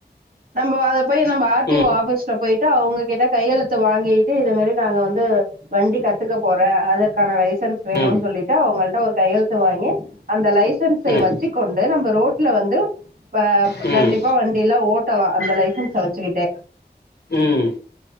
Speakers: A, on the right; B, on the left.
A: நம்ம அத போயி நம்ம ஆர் டி
B: ம்
A: ஓ ஆபிஸ் க்கு போயிட்டு அவங்க கிட்ட கையெழுத்து வாங்கிட்டு இத மாதிரி நாங்க வந்து வண்டி கத்துக்க போற அதற்கான லைசன்ஸ் வேணுன்னு
B: ம்
A: சொல்லிட்டு அவங்கள்ட்ட ஒரு கையெழுத்து வாங்கி அந்த லைஸ் சன்ஸ்
B: ம்
A: வச்சுக்கொண்டு நம்ம ரோட்ல வந்து அ
B: ம்
A: கண்டிப்பா வண்டியிலா ஓட்டலா அந்த லைசன்ஸ வச்சுக்கிட்டே
B: ம்